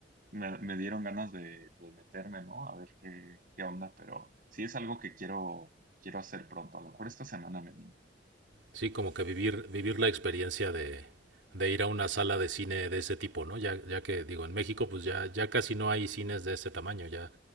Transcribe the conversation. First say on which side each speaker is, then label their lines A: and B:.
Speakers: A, on the right; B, on the right.
A: me, me dieron ganas de, de meterme, ¿no? A ver qué, qué onda, pero sí es algo que quiero, quiero hacer pronto. A lo mejor esta semana me animo.
B: Sí, como que vivir, vivir la experiencia de, de ir a una sala de cine de ese tipo, ¿no? Ya, ya que digo, en México pues ya, ya casi no hay cines de ese tamaño, ya